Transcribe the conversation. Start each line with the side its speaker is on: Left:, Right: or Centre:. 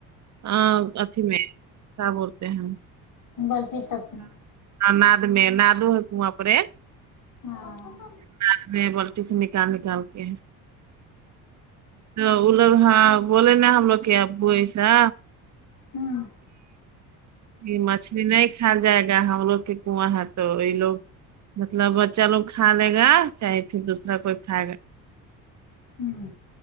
Right: ا اکھی میں کیا بولتے ہیں
Left: بلٹی ٹپ میں
Right: ند میں ند آپر <unintelligible>
Left: ہاں
Right: رات میں بلٹی سے نکال نکال کے تو لوگ ہاں بولے نا ہم لوگ کیا اببو ایسا
Left: ہوں
Right: یہ مچھلی نہیں کھال جائے گا ہم لوگ کے کنواں ہے تو یہ لوگ مطلب بچہ لوگ کھا لے گا چاہے پھر دوسرا کوئی کھائے گا
Left: ہوں